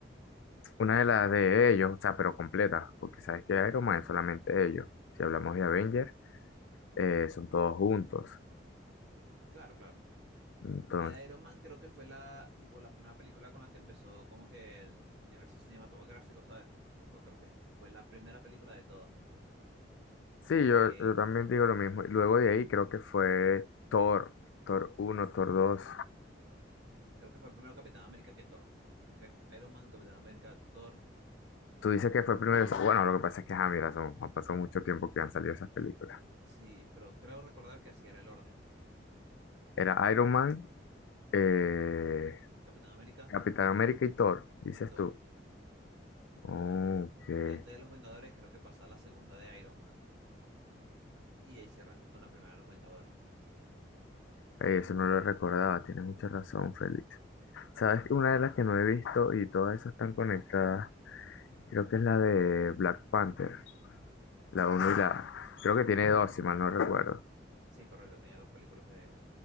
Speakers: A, on the left (about 85°); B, on the right (about 70°).
A: una de las de ellos, o sea, pero completa, porque sabes que Iron Man es solamente ellos. Si hablamos de Avengers, eh, son todos juntos.
B: Claro, claro.
A: Entonces,
B: La de Iron Man creo que fue la, tipo, la primera película con la que empezó como que el universo cinematográfico, ¿sabes? Es tipo, creo que fue la primera película de todas,
A: sí,
B: que
A: yo, yo también digo lo mismo. Y Luego de ahí creo que fue Thor, Thor uno Thor dos
B: creo que fue primero Capitán América que Thor. Creo que es Iron Man, Capitán América, Thor.
A: Tú dices que fue primero, esa- bueno, lo que pasa es que, ah, mira, son- ha pasado mucho tiempo que han salido esas películas.
B: Sí, pero creo recordar que así era el orden.
A: Era Iron Man, eh,
B: Capitán América
A: Capitán América y Thor, dices
B: y Thor.
A: tú. Oh, Ok,
B: Y antes de los Vengadores creo que pasa la segunda de Iron Man. Y ahí se arrancan con la primera de los Vengadores.
A: Eh, eso no lo recordaba, tienes mucha razón, Félix. ¿Sabes? Una de las que no he visto y todas esas están conectadas, creo que es la de Black Panther, la uno y
B: Ah,
A: la... Creo que tiene dos, si mal no recuerdo.
B: sí, correcto, tenía dos películas de